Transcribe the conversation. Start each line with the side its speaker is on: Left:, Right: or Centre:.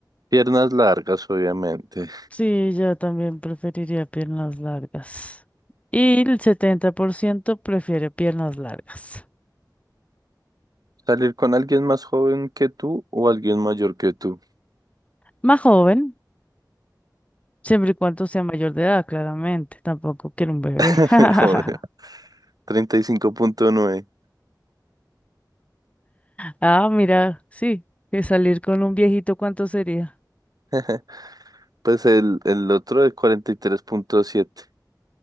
Right: Piernas largas, obviamente.
Left: Sí, yo también preferiría piernas largas. Y el 70% prefiere piernas largas.
Right: Salir con alguien más joven que tú o alguien mayor que tú.
Left: Más joven, siempre y cuando sea mayor de edad, claramente. Tampoco quiero un bebé.
Right: <laughs> Obvio.
Left: <laughs>
Right: treinta y cinco punto nueve.
Left: Ah, mira, sí, que salir con un viejito, ¿cuánto sería?
Right: <laughs> Pues el, el otro es cuarenta y tres punto siete.